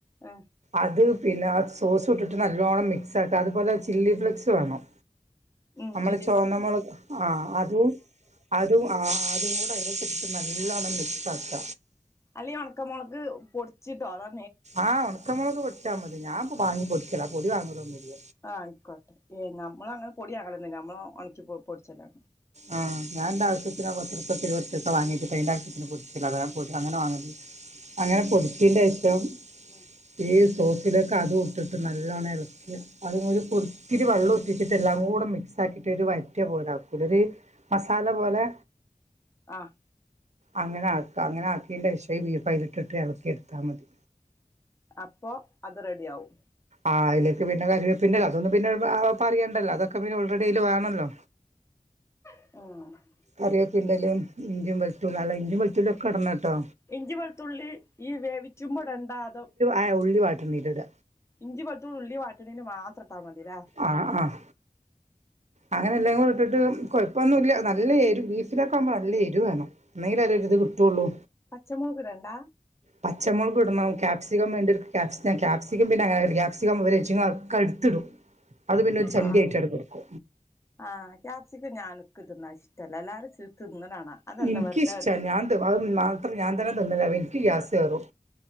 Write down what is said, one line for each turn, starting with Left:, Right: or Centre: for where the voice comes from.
Left: ഏഹ്
Right: അത് പിന്നെ ആ സോസുട്ട്ട്ട് നല്ലോണം മിക്സ് ആക്ക. അതുപോലെ ചില്ലി ഫ്ലേക്സ് വേണം.
Left: ഉം
Right: നമ്മളെ
Left: ചില്ലി
Right: ചോന്നമൊളക്
Left: ഫ്ലസ്
Right: ആഹ് അതും അതും ആഹ് അതും കൂടെ അയ്ലേക്ക്ട്ട്ട്ട് നല്ലോണം മിക്സ് ആക്ക
Left: അല്ലെ ഈ ഒൺക്ക മൊളക് പൊട്ച്ചിട്ടോ അതോ
Right: ആഹ് ഒൺക്ക മൊളക് പൊട്ച്ചാ മതി. ഞാൻ വാങ്ങി പൊടിക്കല പൊടി വാങ്ങലൊന്നുല്ല.
Left: ആഹ് ആയിക്കോട്ടെ ഏഹ് നമ്മളങ്ങനെ പൊടി വാങ്ങലൊന്നുല്ല. നമ്മള് ഒൺക്കി പൊട്ച്ചലാ
Right: ആഹ് ഞാൻ ന്റെ ആവശ്യത്തിന പത്തുർപ്യട്ത്ത് ഇരുവൊർപ്യട്ത്തോ വാങ്ങിട്ട് പ്പയ്ന്റെ ആവശ്യത്തിന് പൊടിച്ചലാ അങ്ങനെ വാങ്ങല് അങ്ങനെ
Left: ഉം
Right: പൊട്ച്ചീന്റെശം
Left: ഉം
Right: ഈ സോസിലേക്ക് അതും ഇട്ട്ട്ട് നല്ലോണം എൾക്ക അത് ഒരു പൊട് ത്തിരി വെള്ളം ഉറ്റിച്ചിട്ട് എല്ലാം കൂടെ മിക്സ് ആക്കിയിട്ട് ഒരു വയറ്റിയ പോല ആക്കൂലെ ഒര് മസാല പോലെ
Left: ആഹ്
Right: അങ്ങനെ ആക്ക അങ്ങനെ ആക്കീന്റെശേ ഈ ബീഫ് അയ്ല്ട്ടിട്ട് എളക്കിയെട്ത്താ മതി.
Left: അപ്പോ അത് റെഡി ആവും.
Right: ആഹ് അയ്ലേക്ക് പിന്നെ കരി വേപ്പിന്റെല അതൊന്നും പിന്നെ പറയേണ്ടല്ലോ അതൊക്കെ പിന്നെ ഓൾറെഡി അയ്ല് വേണല്ലോ.
Left: <unintelligible>
Right: കറിയേപ്പിന്റെലിം ഇഞ്ചും വെൾത്തൂ അല്ല ഇഞ്ചി വെൽത്തൂള്യോക്കെ ഇടണട്ടോ.
Left: ഇഞ്ചിം വെൾത്തുള്ളി ഈ വേവിച്ചുമ്പൊടണ്ടാ അതോ
Right: ഏ ഉള്ളി വാട്ട്ണീല് ഇട
Left: ഇഞ്ചിം വെൾത്തു ഉള്ളി വാട്ട്ണീല് മാത്രം ട്ടാ മതിലേ.
Right: ആഹ് അഹ് അങ്ങനെ എല്ലാം കൂടി ഇട്ടിട്ട് കൊഴപ്പൊന്നുംല്ല. നല്ല എരു ബീഫിലൊക്കെ ആക്മ്പോ നല്ല എരു വേണം. എന്നെയ്ലേ ഒര് ഇത് കിട്ടുള്ളൂ.
Left: പച്ചമൊളക് ടണ്ടാ?
Right: പച്ച മൊൾക്ടണം കാപ്സിക്കം വേണ്ട്യാൽക്ക് ക്യാപ്സം ക്യാപ്‌സിക്കം പിന്നെ അങ്ങന ക്യാപ്‌സിക്കം <unintelligible> ഒക്കെ ഇട്ത്ത്ടും. അത് പിന്നെ ഒരു ചണ്ടി
Left: ആഹ്
Right: ആയിട്ട് അവിടെ കെട്ക്കും.
Left: ആഹ് ക്യാപ്സിക്കം ഞാന് ക്ക് തിന്നാ ഇഷ്ടല്ല. എല്ലാരും തിന്ന്ണാണ അതെന്താ
Right: എനിക്കിഷ്ടാ
Left: വെർതെ ഒര്
Right: ഞാൻ അത് മാത്രം ഞാൻ തന്നെ തിന്നല്ല അപ്പൊ ഇൻക്ക് ഗ്യാസേറും.